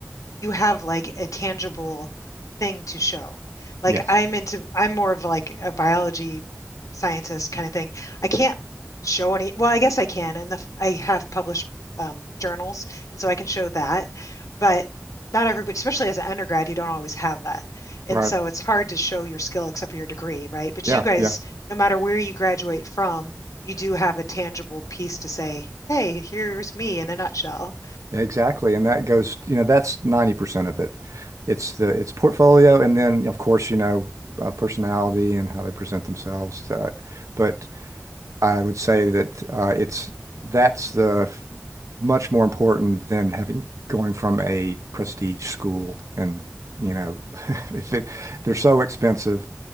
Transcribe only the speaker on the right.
yes,
right.
Yeah,
yeah.
Exactly. And that goes, you know, that's 90% of it. It's the it's portfolio and then of course, you know, uh, personality and how they present themselves. Uh, but I would say that uh, it's that's the much more important than having going from a prestige school and you know <laughs> if it they're so expensive